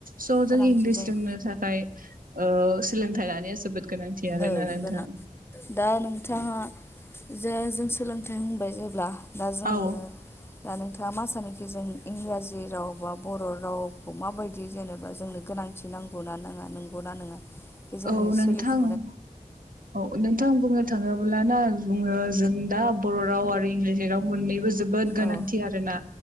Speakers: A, on the right; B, on the left.
A: स' जों
B: गोनांथि
A: इंलिस
B: जायो।
A: रोंनो थाखाय ओ सोलोंथाइ लानाया जोबोद गोनांथि आरो
B: औ
A: ना नोंथां।
B: गोनां दा नोंथाङा जे जों सोलोंथाइ होनो जेब्ला दा जोंनो
A: औ
B: दा नोंथाङा मा सानोखि जों इंराजि राव बा बर' रावखौ माबायदि जेनेबा जोंनो गोनां। नौ ना ना नंगौ ना नङा बे जोंनि
A: औ नोंथां
B: सोलिफु
A: औ नोंथां बुंनो थाङोब्ल ना बुङो जों दा बर' राव आरो इंराजि राव मोननैबो जोबोद गोनांथि
B: औ
A: आरोना